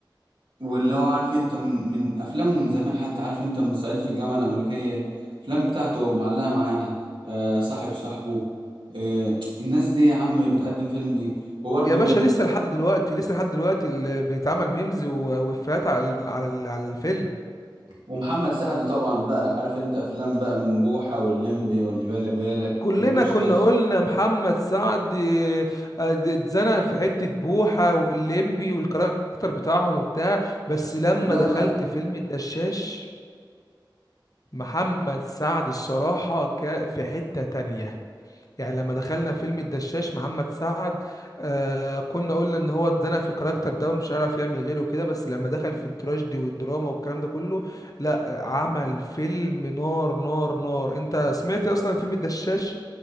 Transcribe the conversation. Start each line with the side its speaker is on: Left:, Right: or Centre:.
Right: واللي هو عارف انت من من افلامه من زمان حتى عارف انت من صعيدي في الجامعة الأمريكية الافلام بتاعته معلقة معانا آه
Left: ايكونيك
Right: صاحب صاحبه آه الناس دي يا عم بتقدم فيلم ايه وبرضه
Left: يا باشا
Right: كان
Left: لسه لحد دلوقتي لسه لحد دلوقتي اللي بيتعمل ميمز و- وإفيهات على ال- على ال- على الفيلم
Right: ومحمد سعد طبعا بقى عارف انت افلام بقى من بوحة واللمبي واللي بالي بالك
Left: كلنا
Right: وبوشكاش
Left: كنا قلنا محمد سعد آه، اتزنق في حتة بوحة والليمبي والكاركتر بتاعهم وبتاع بس لما
Right: لا
Left: دخلت
Right: لا
Left: فيلم الدشاش محمد سعد الصراحة ك- في حتة تانية يعني لما دخلنا فيلم الدشاش محمد سعد آه كنا قلنا ان هو اتزنق في الكاركتر ده ومش هيعرف يعمل غيره كده بس لما دخل في التراجيدي والدراما والكلام ده كله لا آه، عمل فيلم نار نار نار انت سمعت اصلا فيلم الدشاش